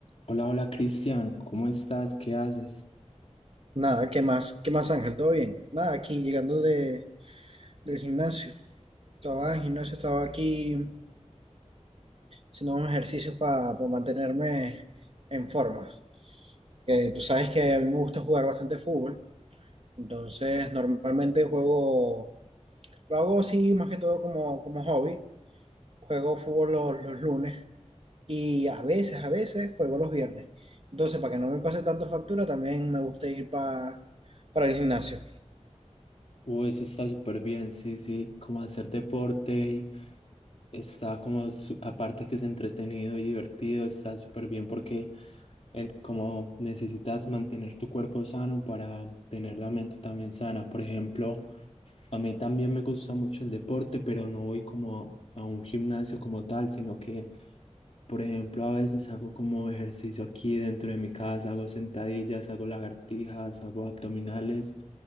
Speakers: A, on the left; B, on the right.
A: Hola, hola Cristian, ¿cómo estás? ¿Qué haces?
B: Nada, ¿qué más? ¿Qué más, Ángel? ¿Todo bien? Nada, aquí llegando de, del gimnasio. Estaba en el gimnasio, estaba aquí haciendo unos ejercicios para mantenerme en forma. Que tú sabes que a mí me gusta jugar bastante fútbol, entonces normalmente juego, lo hago así más que todo como, como hobby. Juego fútbol los, los lunes y a veces, a veces juego los viernes. Entonces, para que no me pase tanto factura, también me gusta ir pa- para el gimnasio.
A: Uh, eso está súper bien, sí, sí, como hacer deporte y está como, su- aparte que es entretenido y divertido, está súper bien porque el, como necesitas mantener tu cuerpo sano para tener la mente también sana. Por ejemplo, A mí también me gusta mucho el deporte, pero no voy como a un gimnasio como tal, sino que, por ejemplo, a veces hago como ejercicio aquí dentro de mi casa, hago sentadillas, hago lagartijas, hago abdominales,